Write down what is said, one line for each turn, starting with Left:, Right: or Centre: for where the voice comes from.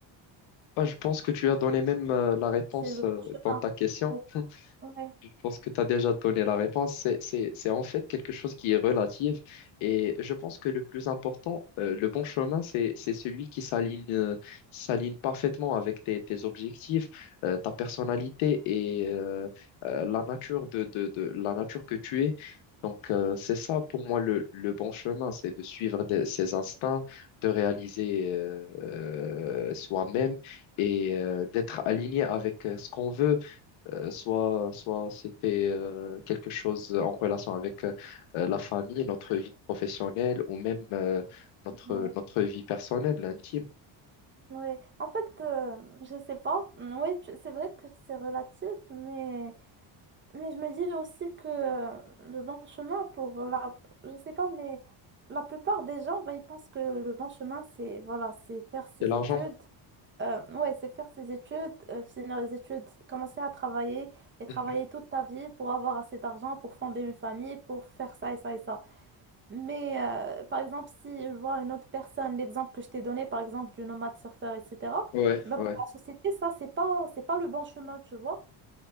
Left: Ah, je pense que tu as donné même euh, la réponse
Right: C'est le
Left: euh,
Right: bon chemin.
Left: dans ta question.
Right: pour-
Left: <laughs>
Right: Ouais,
Left: Je pense que tu as déjà donné la réponse. C'est, c'est, c'est en fait quelque chose qui est relative. Et je pense que le plus important, euh, le bon chemin, c'est, c'est celui qui s'aligne, euh, s'aligne parfaitement avec tes, tes objectifs, euh, ta personnalité et euh, euh, la nature de, de, de- la nature que tu es. Donc, euh, c'est ça pour moi le, le bon chemin, c'est de suivre des- ses instincts, de réaliser euh, euh, soi-même et euh, d'être aligné avec euh, ce qu'on veut euh, soit soit c'était euh, quelque chose en relation avec euh, la famille, notre vie professionnelle ou même euh, notre,
Right: ouais.
Left: notre vie personnelle, intime.
Right: oui en fait, euh, je sais pas. Oui, c'est vrai que c'est relatif, mais, mais je me dis aussi que euh, le bon chemin pour la... Je sais pas, mais la plupart des gens, bah, ils pensent que le bon chemin, c'est voilà, c'est faire ses
Left: C'est l'argent.
Right: études. Euh, ouais, c'est faire ses études, euh, finir les études, commencer à travailler et travailler
Left: <laughs>
Right: toute ta vie pour avoir assez d'argent, pour fonder une famille, pour faire ça et ça et ça. Mais euh, par exemple, si je vois une autre personne, l'exemple que je t'ai donné, par exemple, du nomade surfeur, etc.,
Left: Ouais,
Right: bah,
Left: ouais.
Right: pour la société, ça, c'est pas, c'est pas le bon chemin, tu vois.